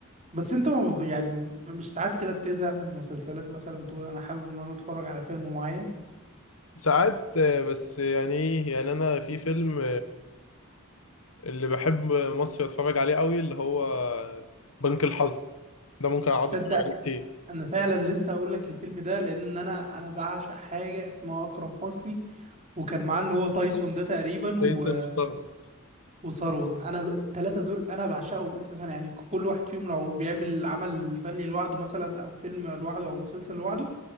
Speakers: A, on the right; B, on the left.
A: بس انت ما بت- يعني م- مش ساعات كده بتزهق من المسلسلات مثلا تقول انا حابب ان انا اتفرج على فيلم معين
B: ساعات آه، بس يعني ايه يعني انا في فيلم اللي بحب مصري اتفرج عليه قوي اللي هو بنك الحظ ده ممكن اقعد
A: تصدق
B: اتفرج عليه كتير
A: انا فعلا لسه هقول لك الفيلم ده لان انا انا بعشق حاجه اسمها اكرم حسني وكان معاه اللي هو تايسون ده تقريبا
B: تايسون
A: و...
B: وصبري
A: وثروت انا ب- التلاته دول انا بعشقهم اساسا يعني كل واحد فيهم لو بيعمل عمل فني لوحده مثلا او فيلم لوحده او مسلسل لوحده